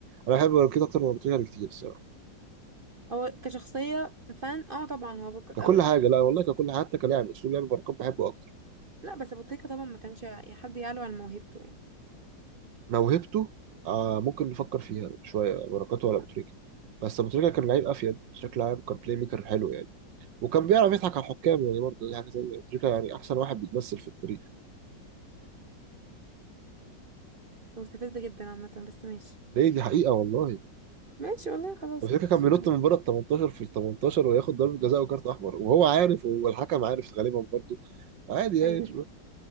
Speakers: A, on the right; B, on the right.
A: انا بحب بركات اكتر من ابو تريكه بكتير الصراحه
B: هو كشخصية كفان اه طبعا هو بك...
A: ككل
B: أو...
A: حاجه لا والله ككل حاجة، حتى كلاعب اسلوب لعب بركات بحبه اكتر
B: لا بس ابو تريكة طبعا ما كانش ي- حد يعلو عن موهبته يعني
A: موهبته آه ممكن نفكر فيها شويه بركات ولا ابو تريكه بس ابو تريكه كان لعيب افيد بشكل عام كان بلاي ميكر حلو يعني وكان بيعرف يضحك على الحكام يعني برضه دي حاجه زي ابو تريكه يعني احسن واحد بيتمثل في التاريخ
B: مستفزة جدا عامة بس ماشي
A: ليه دي حقيقه والله
B: ماشي والله خلاص
A: ابو تريكه
B: ماشي
A: كان بينط
B: <clears throat>
A: من بره ال 18 في ال 18 وياخد ضربه جزاء وكارت احمر وهو عارف والحكم عارف غالبا برضه عادي يعني
B: ايوه